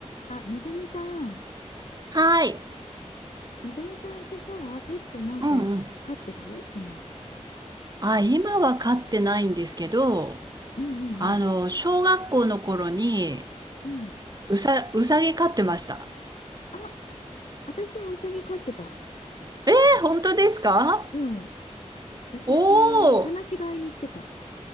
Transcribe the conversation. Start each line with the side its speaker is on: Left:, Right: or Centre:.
Left: あ、のぞみさん。
Right: はい。
Left: のぞみさんってさ、ペットなんか飼ってる今。
Right: うんうん。あ、今は飼ってないんですけど、
Left: うんうん
Right: あの、小学校の頃に、
Left: うん。うん。
Right: うさ、うさぎ飼ってました。
Left: あ、私はウサギ飼ってた。
Right: え、本当ですか
Left: うん。ウサギ、
Right: おお
Left: 放し飼いにしてた。